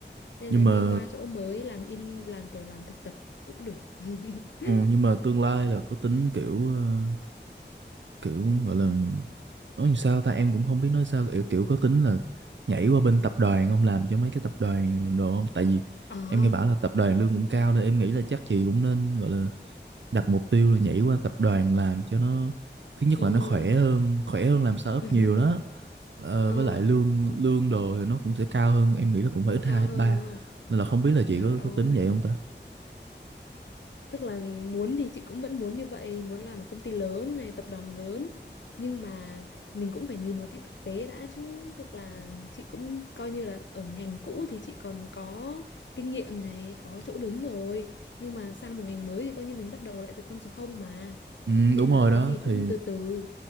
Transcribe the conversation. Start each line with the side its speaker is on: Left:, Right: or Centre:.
Left: nên
Right: nhưng
Left: là
Right: mà
Left: đi qua chỗ mới làm in làm kiểu làm thực tập cũng được <laughs>
Right: ờ, nhưng mà tương lai là có tính kiểu ờ, kiểu gọi là nói làm sao ta em cũng không biết nói sao kiểu, kiểu có tính là nhảy qua bên tập đoàn không làm cho mấy cái tập đoàn đồ không tại vì
Left: à
Right: em nghe bảo là tập đoàn lương cũng cao nên em nghĩ là chắc chị cũng nên gọi là đặt mục tiêu là nhảy qua tập đoàn làm cho nó thứ nhất
Left: ừ
Right: là nó khỏe hơn khỏe hơn làm startup
Left: <laughs>
Right: nhiều đó Ờ,
Left: ờ
Right: với lại lương lương đồ thì nó cũng sẽ cao hơn em nghĩ là cũng phải
Left: cũng
Right: ít hai
Left: cao
Right: ít
Left: hơn
Right: ba
Left: đúng không
Right: nên là không biết là chị
Left: trời
Right: có
Left: ơi
Right: có tính vậy không ta
Left: tức là muốn thì chị cũng vẫn muốn như vậy muốn làm một công ty lớn này tập đoàn lớn nhưng mà mình cũng phải nhìn vào cái thực tế đã chứ tức là chị cũng coi như là ở ngành cũ thì chị còn có kinh nghiệm này có chỗ đứng rồi nhưng mà sang một ngành mới thì coi như mình bắt đầu lại từ con số không mà
Right: ừ,
Left: nên
Right: đúng rồi
Left: là
Right: đó
Left: cái gì cũng
Right: thì
Left: từ từ